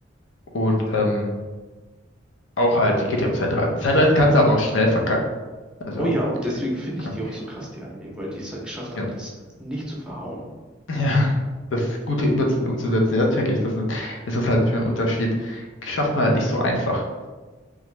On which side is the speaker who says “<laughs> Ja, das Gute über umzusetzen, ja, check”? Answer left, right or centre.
Left